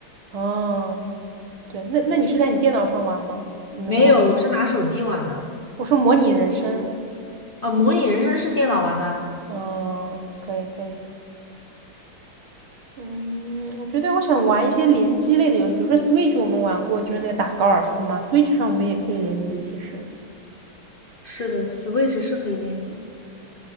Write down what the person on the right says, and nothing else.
哦，对，那那你是在你电脑上玩吗？你那个模拟？
我说模拟人生，
嗯，可以可以，嗯，我觉得我想玩一些联机类的游戏，比如说 Switch 我们玩过，就是那个打高尔夫嘛，Switch 上我们也可以联机，其实。